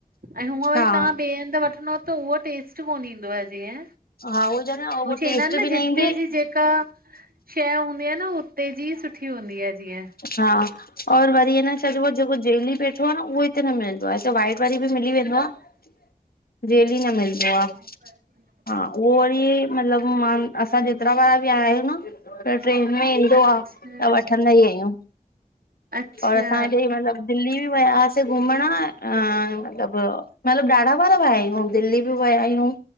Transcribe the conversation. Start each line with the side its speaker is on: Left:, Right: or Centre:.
Right: ऐं हूअं वरी
Left: हा
Right: तव्हां ॿिए हंधि वठंदव त उहो टेस्ट कोन ईंदो आहे जीअं
Left: हा उहो ज न उहो
Right: उहे चवन्दा
Left: टेस्ट
Right: आहिनि न
Left: बि
Right: जिते
Left: ईंदी
Right: जी जेका, शइ हूंदी आहे न उते जी सुठी हूंदी आहे जीअं।
Left: हा, और वरी अन छा चइबो आहे जेको जेेली पेठो आहे न उहो हिते न मिलंदो वाइट वारी बि मिली वेंदो आहे। जेली न मिलंदो आ।
Right: अच्छा
Left: हा उहो वरी मतलब मां असां जेतिरा बार बि आया आहियूं न त ट्रेन में ईंदो
Right: अच्छा
Left: आ त वठंदा ई आहियूं।
Right: अच्छा
Left: और असां हेॾे मतिलबु दिल्ली बि विया से घुमण ऐं मतिलब मतिलबु ॾाढा ॿार विया आहियूं। दिल्ली बि विया आहियूं।